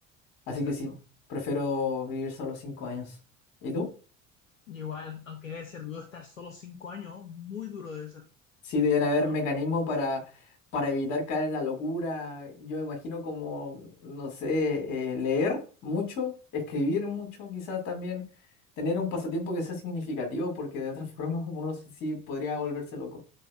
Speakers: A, on the left; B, on the left.
A: Así
B: Exacto.
A: que sí, prefiero vivir solo cinco años. ¿Y tú?
B: Y Igual, aunque debe ser duro estar solo cinco años, muy duro debe ser,
A: Sí, deben haber
B: ¿o no?
A: mecanismos para, para evitar caer en la locura. Yo me imagino como, no sé, eh, leer mucho, escribir mucho, quizás también tener un pasatiempo que sea significativo, porque de otra <laughs> forma uno se- sí podría volverse loco